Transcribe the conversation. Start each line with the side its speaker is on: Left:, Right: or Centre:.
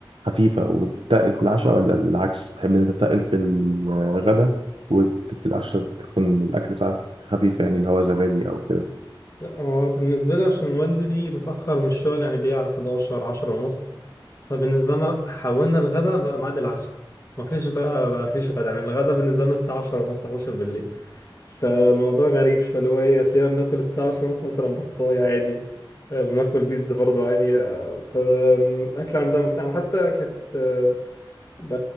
Right: خفيفة وتتقل في العشاء ولا بالعكس تحب إن أنت تتقل في الغدا وفي العشاء تكون الأكل بتاعتك خفيفة يعني اللي هو زبادي أو كده
Left: لا هو بالنسبة لي عشان والدي بيجي متأخر من الشغل يعني بيجي على 11 10 ونص فبالنسبة لنا حولنا الغدا بقى ميعاد العشاء مفيش بقى مفيش غدا يعني الغدا بالنسبة لنا الساعة 10 ونص 11 بالليل فالموضوع غريب فاللي هو ايه هتلاقينا بناكل الساعة 10 ونص مثلا بطاية عادي آه، بناكل بيتزا برضه عادي آه، فالأكل عندها مت- أنا حتى كانت آه، ب-